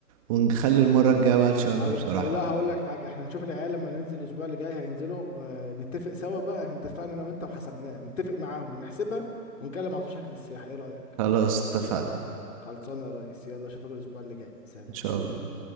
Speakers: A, on the right (about 20°); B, on the left (about 50°).
A: ونخلي المره الجايه بقى لشرم
B: او
A: بصراحه
B: او لا هقول لك حاجه احنا نشوف العيال لما ننزل الاسبوع اللي جاي هينزلوا آه نتفق سوا بقى احنا اتفقنا انا وانت وحسبناها نتفق معاهم ونحسبها ونكلم على طول شركه السياحه ايه رايك
A: خلاص اتفقنا
B: خلصانه يا ريس يلا اشوفك الاسبوع اللي جاي سلام
A: ان شاء الله